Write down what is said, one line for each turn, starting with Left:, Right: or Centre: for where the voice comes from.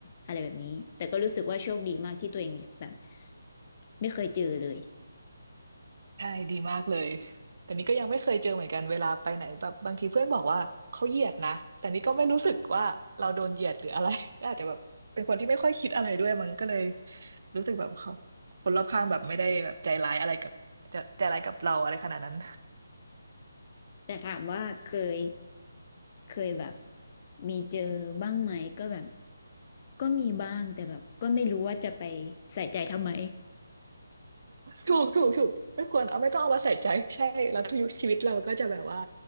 Left: อะไรแบบนี้แต่ก็รู้สึกว่าโชคดีมากที่ตัวเองเนี่ยแบบไม่เคยเจอเลย
Right: <laughs> ใช่ดีมากเลยแต่นี่ก็ยังไม่เคยเจอเหมือนกันเวลาไปไหนแบบบางทีเพื่อนบอกว่าเขาเหยียดนะแต่นี่ก็ไม่รู้สึกว่าเราโดนเหยียดหรืออะไร <laughs> ก็อาจจะแบบเป็นคนที่ไม่ค่อยคิดอะไรด้วยมั้งก็เลยรู้สึกแบบเขาคนรอบข้างแบบไม่ได้แบบใจร้ายอะไรกับจะใจร้ายกับเราอะไรขนาดนั้น
Left: แต่ถามว่าเคยเคยแบบมีเจอบ้างไหมก็แบบก็มีบ้างแต่แบบก็ไม่รู้ว่าจะไปใส่ใจทำไม
Right: ถูกถูกถูกไม่ควรเอาไม่ต้องเอามาใส่ใจใช่แล้วทุกชีวิตเราก็จะแบบว่า